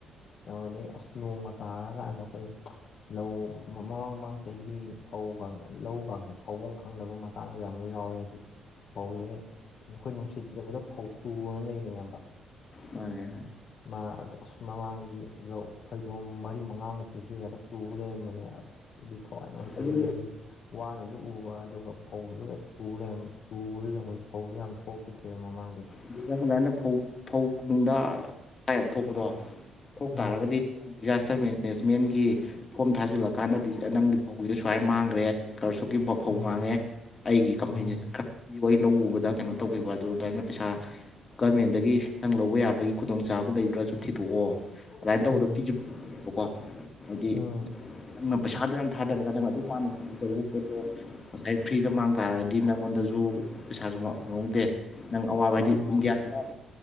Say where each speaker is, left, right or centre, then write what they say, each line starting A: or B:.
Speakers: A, on the left; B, on the left.
A: ꯑꯗꯨꯝꯗꯩ ꯑꯁ ꯅꯣꯡꯉ ꯇꯥꯔꯀꯥꯟꯗ ꯑꯩꯈꯣꯏ ꯂꯧ ꯃꯃꯥꯡ ꯃꯃꯥꯡ ꯆꯍꯤꯗꯤ ꯐꯧ ꯂꯧꯒꯁꯦ ꯐꯕꯐꯝ ꯈꯪꯗꯕ ꯃꯥꯦ ꯍꯛꯆꯥꯡꯁ ꯌꯥꯝꯅ ꯌꯥꯎꯋꯦ ꯍꯥꯏꯗꯤ ꯐꯧꯁꯦ ꯑꯩꯈꯣꯏ ꯅꯨꯡꯁꯤꯠ ꯁꯤꯜꯔꯛꯄꯗ ꯐꯧ ꯇꯨꯑꯅ ꯂꯩꯅꯩ ꯑꯌꯥꯝꯕ
B: ꯃꯅꯦ ꯑꯘꯨꯕꯨꯘꯤ
A: ꯃꯥ ꯑꯗ ꯑꯁ ꯃꯃꯥꯡꯒꯤ ꯐꯩꯗꯣꯝ ꯃꯔꯤ ꯃꯉꯥꯃꯨꯛꯁ ꯍꯦꯗ ꯇꯨ ꯂꯩꯔꯝꯕꯅꯦ ꯑꯁ ꯑꯗꯨ ꯊꯋꯥꯏ ꯅꯨꯡꯉꯥꯏꯇꯕꯁꯤꯗꯤ
B: ꯑꯗꯨ
A: ꯍꯥꯏꯗꯤ ꯋꯥꯅꯁꯨ ꯎꯕ ꯑꯗꯨꯒ ꯐꯧꯕꯁꯨ ꯍ ꯇꯨ ꯂꯩꯝ ꯇꯨꯕꯗꯨꯗ ꯑꯩꯈꯣꯏ ꯐꯧꯁꯨ ꯌꯥꯝ ꯊꯣꯛꯈꯤꯗ꯭ꯔꯦꯕ ꯃꯃꯥꯡꯗꯤ
B: ꯑꯗꯨ ꯍꯗꯥꯅ ꯐꯧ ꯐꯧ ꯅꯨꯡꯗꯥꯏ ꯑꯃ ꯊꯣꯛꯄꯗꯣ ꯊꯣꯛꯇꯥꯥꯔꯒꯗꯤ
A: ꯎꯝ
B: ꯗꯤꯖꯥꯁꯇꯔ ꯃꯦꯅꯦꯖꯃꯦꯟꯒꯤ ꯐꯣꯝ ꯊꯥꯖꯤꯜꯂꯀꯥꯟꯗꯗꯤ ꯅꯪꯒꯤ ꯐꯧꯁꯦ ꯁꯨꯃꯥꯏ ꯃꯥꯡꯈ꯭ꯔꯦ ꯑꯩ ꯑꯦ ꯀꯔꯁꯛꯀꯤ ꯐꯧ ꯐꯧ
A: ꯎꯝ
B: ꯃꯥꯡꯉꯦ ꯑꯩꯒꯤ ꯀꯝꯄꯦꯟꯁꯦꯁꯟ
A: ꯎꯝ
B: ꯈꯔ ꯄꯤꯌꯨ ꯑꯩ ꯂꯧ ꯎꯕꯗ ꯀꯩꯅꯣ ꯇꯧꯕꯤꯕ ꯑꯗꯨ ꯑꯗꯨꯃꯥꯏꯅ ꯄꯩꯁꯥ ꯒꯔꯃꯦꯟꯗꯒꯤ ꯁꯦꯟꯊꯪ ꯂꯧꯕ ꯌꯥꯕꯒꯤ ꯈꯨꯗꯣꯡꯆꯥꯕ ꯂꯩꯕ꯭ꯔꯥꯁꯨ ꯊꯤꯗꯣꯛꯑꯣ ꯑꯗꯨꯃꯥꯏꯅ ꯇꯧꯕꯗꯣ
A: ꯎꯝ
B: ꯄꯤꯁꯨꯕꯀꯣ ꯍꯥꯏꯗꯤ
A: ꯎꯝ
B: ꯅꯪꯅ ꯄꯩꯁꯥꯗꯣ ꯌꯥꯝ ꯊꯥꯗꯔꯒ ꯅꯪꯅ ꯑꯗꯨꯛ ꯋꯥꯥꯟꯅ ꯇꯔꯨ ꯄꯣꯠꯇꯣ ꯉꯁꯥꯏ ꯐ꯭ꯔꯤꯗ ꯃꯥꯡ ꯇꯥꯔꯗꯤ ꯅꯪꯉꯣꯟꯗꯁꯨ ꯄꯩꯁꯥꯁꯨ ꯐꯪꯍꯧꯗꯦ ꯅꯪ ꯑꯋꯥꯕ
A: ꯃꯥꯅꯦ
B: ꯍꯥꯏꯗꯤ
A: ꯃꯥꯅꯦ
B: ꯏꯟꯗꯤꯌꯥꯅ